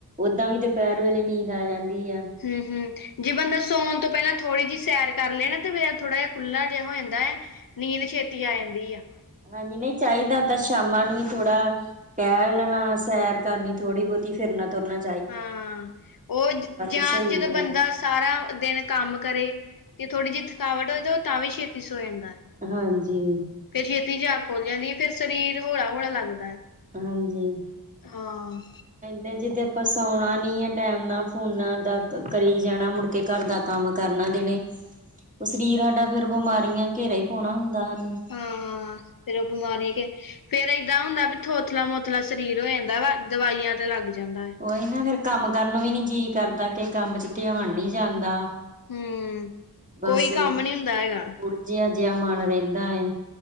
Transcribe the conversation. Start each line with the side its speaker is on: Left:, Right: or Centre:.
Right: ਓਦਾਂ ਵੀ ਦੁਪਹਿਰ ਵੇਲੇ ਨੀਂਦ ਆ ਜਾਂਦੀ ਆ।
Left: ਹਮ-ਹਮ। ਜੇ ਬੰਦਾ ਸੌਣ ਤੋਂ ਪਹਿਲਾਂ ਥੋੜ੍ਹੀ ਜਿਹੀ ਸੈਰ ਕਰ ਲੇ ਨਾ। ਫਿਰ ਥੋੜਾ ਜਿਹਾ ਖੁੱਲ੍ਹਾ ਜਿਹਾ ਹੋ ਜਾਂਦਾ ਐ। ਨੀਂਦ ਛੇਤੀ ਆ ਜਾਂਦੀ ਆ।
Right: ਹਾਂਜੀ ਨਹੀਂ ਚਾਹੀਦਾ ਸ਼ਾਮਾਂ ਨੂੰ ਥੋੜਾ ਟਹਿਲ ਲੈਣਾ, ਸੈਰ ਕਰਨੀ ਥੋੜ੍ਹੀ ਬਹੁਤੀ, ਫਿਰਨਾ-ਤੁਰਨਾ
Left: ਹਾਂ, ਉਹ ਜਾਂ
Right: ਸਹੀ
Left: ਜਦੋਂ ਬੰਦਾ
Right: ਆ
Left: ਸਾਰਾ ਦਿਨ ਕੰਮ ਕਰੇ, ਤੇ ਥੋੜ੍ਹੀ ਜਿਹੀ ਥਕਾਵਟ ਹੋ ਜੇ ਉਹ ਤਾਂ ਵੀ ਛੇਤੀ ਸੋ ਜਾਂਦਾ।
Right: ਹਾਂਜੀ।
Left: ਫਿਰ ਛੇਤੀ ਜਾਗ ਖੁੱਲ ਜਾਂਦੀ ਐ‌। ਫ਼ਿਰ ਸਰੀਰ ਹੌਲਾ-ਹੌਲਾ ਲੱਗਦਾ।
Right: ਹਾਂਜੀ।
Left: ਹਾਂ
Right: ਨਾ ਜੇ ਆਪਾਂ ਸੌਣਾ ਨੀ ਆ ਟਾਈਮ ਨਾਲ ਫੋਨਾਂ ਦਾ ਕਰੀ ਜਾਣਾ ਮੁੜ ਕੇ ਘਰ ਦਾ ਕੰਮ ਕਰਨਾ ਦਿਨੇ ਉਹ ਸਰੀਰ ਹਾਡਾ ਫਿਰ ਬਿਮਾਰੀਆਂ ਘੇਰਾ ਹੀ ਪਾਉਣਾ ਹੁੰਦਾ ਹਾਨੂੰ।
Left: ਹਾਂ ਫਿਰ ਉਹ ਬਿਮਾਰੀ ਕੇ ਫੇਰ ਇਦਾਂ ਹੁੰਦਾ ਵੀ ਥੋਥਲਾ-ਮੋਥਲਾ ਸਰੀਰ ਹੋ ਜਾਂਦਾ ਵਾ। ਦਵਾਈਆਂ ਤੇ ਲੱਗ ਜਾਂਦਾ। ਹੈ
Right: ਕੋਈ ਨਾ ਫਿਰ ਕੰਮ ਕਰਨ ਵੀ ਨੀ ਜੀਅ ਕਰਦਾ ਕਿ ਕੰਮ 'ਚ' ਧਿਆਨ ਨੀ ਜਾਂਦਾ।
Left: ਹੂੰ
Right: ਬੱਸ
Left: ਕੋਈ
Right: ਉਲਜਿਹਾ
Left: ਕੰਮ ਨਹੀਂ ਹੁੰਦਾ ਹੈਗਾ
Right: ਜਿਹਾ ਮਨ ਰਹਿੰਦਾ ਐ।